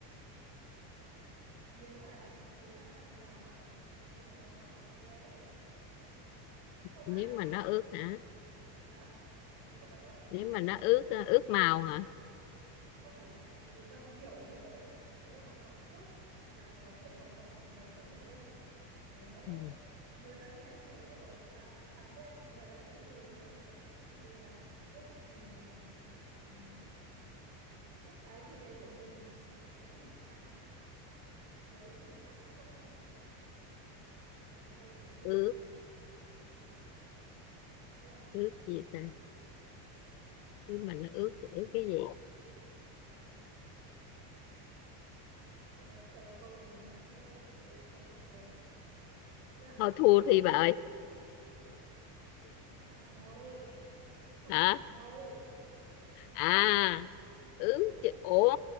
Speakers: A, on the right (about 55°); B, on the left (about 65°).
A: nếu mà nếu mà nó nếu mà nó gì đấy thì không
B: nếu
A: ai cho
B: mà nó
A: được
B: ướt hả
A: hả nếu mà nó ước là
B: nếu
A: nó
B: mà nó ướt ướt màu hả
A: không phải là ừ, gần kiểu như thế gần nếu mà nó có ước là có thêm màu đỏ màu trắng màu đen đấy
B: ừ.
A: người nó thì đã như thế rồi à trắng đen người nó đã như thế rồi nhưng nếu nó có ước thứ gì là ước mình ờ, thành ước cái gì đấy của mình cái hình ảnh đấy thì người ta cũng không thể Ờ, hơi trừu tượng
B: ướt
A: nha thế là
B: ướt gì ta nhưng mình nó ướt ướt cái gì
A: ờ, ok câu này nó hơi ấy mà thôi được rồi Được chưa
B: thôi thua
A: cái
B: thì bà
A: hình
B: ơi
A: chụp ảnh màu chụp
B: hả
A: ảnh màu
B: à ướt
A: được
B: chứ- ủa